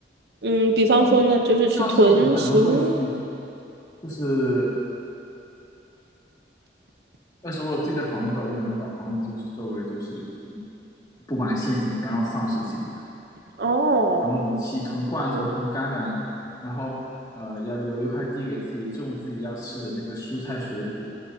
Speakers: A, on the right; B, on the left.
A: 嗯，比方说呢，
B: 同
A: 就是去囤食物。
B: 像是我可能会去，就是但是我有自己的房子，我可能会把房子就是周围就是布满陷阱，不让丧尸进来，
A: 哦，
B: 囤武器、囤罐头、
A: 嗯
B: 囤干粮，然后呃要留一块地给自己种自己要吃的那个蔬菜水果